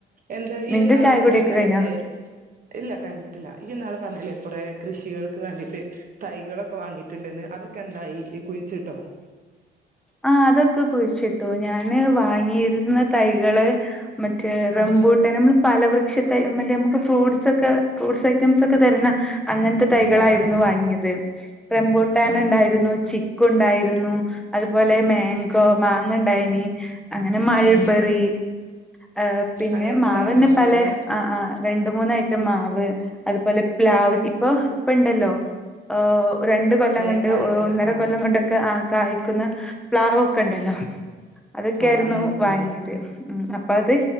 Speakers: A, on the right (about 45°); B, in the centre.
A: എന്താ ഈ
B: നിന്റെ
A: ഒന്നാള്
B: ചായകുടിയൊക്കെ
A: പറഞ്ഞിട്ടുണ്ടായിരുന്നില്ലേ
B: കഴിഞ്ഞോ
A: ഇല്ല കഴിഞ്ഞിട്ടില്ല ഈന്നാള് പറഞ്ഞില്ലേ കുറെ കൃഷികൾക്ക് വേണ്ടിയിട്ട് തൈകളൊക്കെ വാങ്ങിയിട്ടുണ്ടന്ന് അതൊക്കെ എന്തായി കുഴിച്ചിട്ടോ
B: ആഹ് അതൊക്കെ കുഴിച്ചിട്ടു ഞാന് വാങ്ങിയിരുന്ന തൈകള് മറ്റേ റംബൂട്ട്
A: ആ
B: നമ്മൾ പല വൃക്ഷത്തെ മറ്റേ നമുക്ക് ഫ്രൂട്സ് ഒക്കെ ഫ്രൂട്ട്സ് ഐറ്റംസ് ഒക്കെ തരുന്ന അങ്ങനത്തെ തൈകളായിരുന്നു
A: ആ ആ
B: വാങ്ങിയത് റെബുട്ടാൻ
A: ആ
B: ഇണ്ടായിരുന്നു ചിക്ക് ക്കു ഇണ്ടായിരുന്നു അതുപോലെ മാങ്കോ മാങ്ങ ഇണ്ടായിനി അങ്ങനെ മൾബെറി
A: ആ
B: എഹ് പിന്നെ
A: അങ്ങനത്തതാണോ
B: മാവ് എന്നെ
A: വാങ്ങിണ്ടായിരുന്നെ
B: പലെ ആഹ് ആഹ് രണ്ട് മൂന്ന് അയിറ്റം മാവ് അത്പോലെ പ്ലാവ് ഇപ്പോ ഇപ്പ ഇണ്ടല്ലോ ആഹു രണ്ട് കൊല്ലം
A: വേഗം
B: കൊണ്ട്
A: കായ്ക്കുന്ന
B: ഓഹ് ഒന്നര
A: ആ
B: കൊല്ലം കൊണ്ട് ക്കെ ആഹ് കായ്ക്കുന്ന പ്ലാവ് ഒക്കെ ഇണ്ടല്ലോ അതൊക്കെ
A: ആ
B: ആയിരുന്നു
A: അങ്ങനത്തതോ
B: വാങ്ങിയെത് ഉം അപ് ഇപ്പ അത്